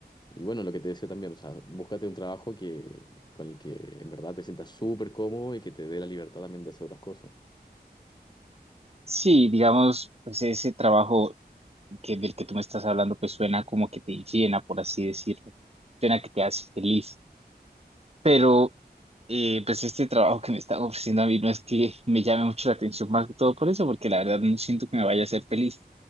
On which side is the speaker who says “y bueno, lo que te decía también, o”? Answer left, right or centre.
Left